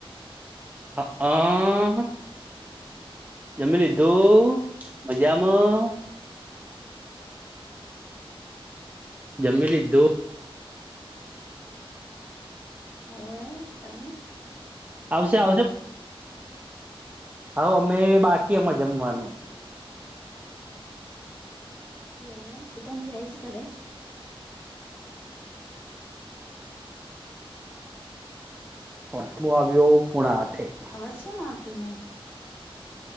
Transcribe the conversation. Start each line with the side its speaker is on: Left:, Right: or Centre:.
Right: હ આ જમી લીધું મજામાં જમીલધું
Left: ઓવે તમી
Right: આવશે આવશે હ અમે બાકી અમાં જમવાનું
Left: એવું દુકાન થી આ આવી જ કરે
Right: વાું આવ્યો પુણા આઠે
Left: પછ આવતો નહી